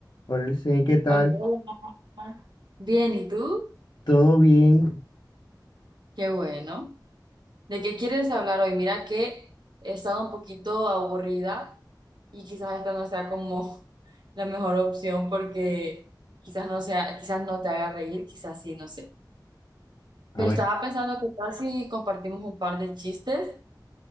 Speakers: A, on the left; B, on the right.
A: Por el sí, ¿qué tal?
B: Hola, hola. Bien, ¿y tú?
A: ¿Todo bien?
B: Qué bueno. ¿De qué quieres hablar hoy? Mira que he estado un poquito aburrida y quizás esta no sea como <laughs> la mejor opción porque quizás no sea, quizás no te haga reír, quizás sí, no sé.
A: A
B: Pero
A: ver,
B: estaba pensando que tal si compartimos un par de chistes